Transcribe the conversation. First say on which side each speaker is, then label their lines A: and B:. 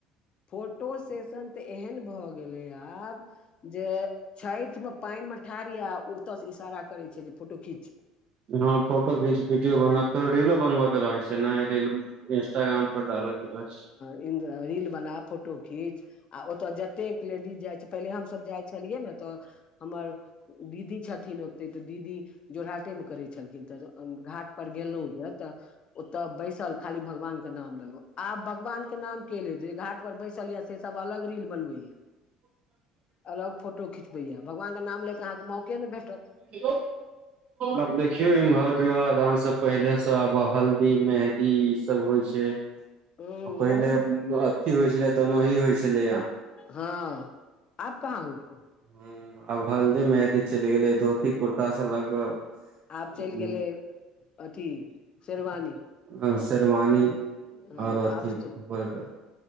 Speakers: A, on the left; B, on the right.
A: फोटो सेशन तऽ एहैन भऽ गेलै आब जे छैठमे पाइन मे ठाड़ यै उ ओतऽ से इशारा करै छै जे फोटो खीच
B: हां फोटो घीच, वीडियो बना त रीलो बनबै के रहै छै। <unintelligible> रील इंस्टाग्राम पर डाला के रहय छै।
A: ई रील बना, फोटो खीच आ ओता जतेक लेडीज जाय छै पहिले हम सब जाए छलियै नै तऽ हमर दीदी छथिन ओ ते तऽ दीदी जोराहटे मे करै छलखिन्ह तऽ अ घाट पर गेलौ जे तऽ ओतऽ बैसल खाली भगवान के नाम लेलौ आब भगवान के नाम के ले जे घाट पर बैसल यै से सब अलग रील बनबै यै। अलग फोटो खिचबै यै भगवान के नाम लय कैऽ अहाँके मौके नै भेटत।
B: एगो आब देखियौ इम्हर विवाह दान से पहिले से आब हल्दी, मेहंदी ई सब होय छै। अ
A: ह
B: पहिले
A: बहुत
B: अथी होय छलै दनही होय छलै यै।
A: हां आब कहाँ होय छै।
B: हुं आब हल्दी, मेहंदी चैल गेलै, धोती कुर्ता स लऽ कऽ
A: आब चलि
B: उम्म
A: गेलै अथी शेरवानी
B: ऐह शेरवानी
A: अ
B: आओर अथी
A: आब से
B: ऊपर के